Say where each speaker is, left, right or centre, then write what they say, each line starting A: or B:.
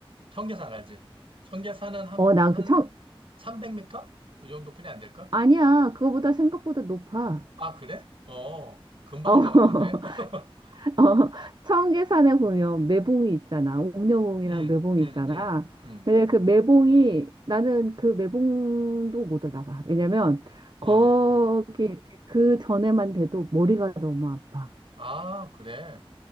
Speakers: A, on the right; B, on the right.
A: 청계산 알지? 청계산은 한,
B: 어, 난
A: 한
B: 그 청,
A: 300m? 이 정도뿐이 안 될걸?
B: 아니야. 그거보다 생각보다 높아.
A: 아, 그래? 어, 금방
B: 어.
A: 올라가던데. <laughs>
B: <laughs> <laughs>
A: 음,
B: 어, 청계산에 보면 매봉이 있잖아. 옥녀봉이랑
A: 음,
B: 매봉이
A: 음,
B: 있잖아.
A: 음, 음,
B: 근데 그 매봉이 나는 그 매봉도 못 올라가. 왜냐면
A: 어.
B: 거기 이렇게 그 전에만 돼도 머리가 너무 아파.
A: 아, 그래.